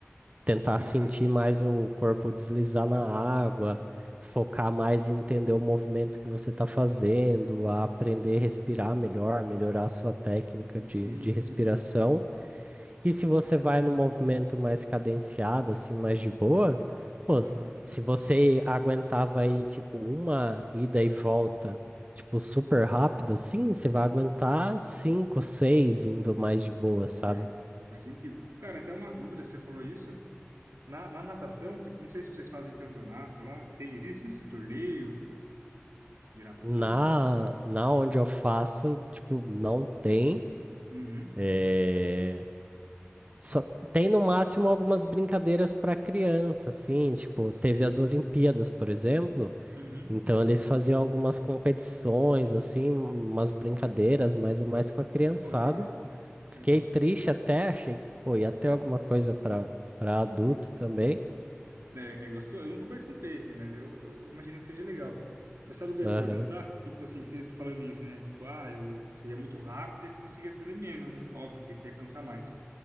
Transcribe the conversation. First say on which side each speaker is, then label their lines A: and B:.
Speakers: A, on the right; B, on the right.
A: tentar
B: Aham.
A: sentir mais o corpo deslizar na água, focar mais em entender o movimento que você está fazendo, a aprender a respirar melhor, melhorar a sua técnica
B: Sim,
A: de, de respiração.
B: sim.
A: E se você vai no movimento mais cadenciado, assim, mais de boa, pô,
B: Aham.
A: se você aguentava aí, tipo, uma ida e volta, tipo, super rápido, assim, você vai aguentar cinco, seis indo mais de boa, sabe?
B: É. Faz sentido. Cara, até uma dúvida, você falou isso. Na, na natação, tipo, não sei se vocês fazem campeonato lá. Tem, existe esse torneio de natação?
A: Na, na onde eu faço, tipo, não tem.
B: Uhum.
A: eh, Só tem no máximo algumas brincadeiras para criança, assim, tipo,
B: Sei.
A: teve as Olimpíadas, por exemplo.
B: Uhum.
A: Então eles faziam algumas competições, assim, umas brincadeiras, mas é mais com a criançada.
B: Pô, legal.
A: Fiquei
B: Legal.
A: triste até, achei que, pô, ia ter alguma coisa para para adulto também.
B: É, é gostoso? Eu nunca participei, assim, mas eu, eu imagino que seja legal. Mas sabe o que eu
A: Aham,
B: ia perguntar? Tipo assim, você tá falando isso, né? Tipo, ah, eu, você ia muito rápido e você conseguia fazer menos, né? Óbvio, porque você ia cansar mais.